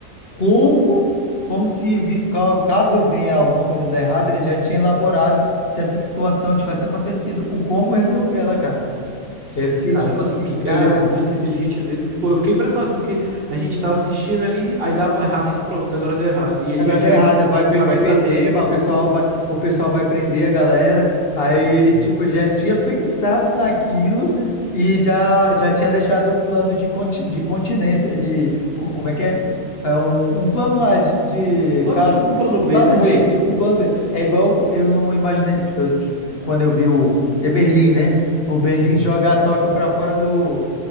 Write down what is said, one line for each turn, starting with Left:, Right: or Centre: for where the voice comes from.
Left: como, como se, vi- ca- caso venha alguma coisa dar errado, ele já tinha elaborado se essa situação tivesse acontecido, o como resolver ela, cara.
Right: Sim,
Left: Eu fiquei,
Right: cara,
Left: tipo assim,
Right: que, que- que
Left: caraca.
Right: ele é muito inteligente mesmo. Tipo, eu fiquei impressionado porque a gente tava assistindo ali, aí dava um errado, a gente, pronto, agora deu errado. E ele
Left: Agora
Right: já tinha
Left: deu errado,
Right: só
Left: é, vai, pe-
Right: a cabeça
Left: vai perder,
Right: dele, pô.
Left: vai, o pessoal vai, o pessoal vai prender a galera.
Right: Sim,
Left: Aí ele,
Right: sim,
Left: tipo, ele já tinha pensado naquilo e já, já tinha deixado um plano de, conti, de continência, de,
Right: sim.
Left: co- como é que é? É um, um plano lá de, de
Right: Um plano
Left: caso,
Right: tipo um plano
Left: um
Right: B,
Left: plano
Right: né?
Left: B, tipo um plano
Right: Isso.
Left: B. É igual eu não imaginei, eu- quando eu vi o, é Berlim, né? O Berlim
Right: Sim,
Left: joga Tóquio pra fora do,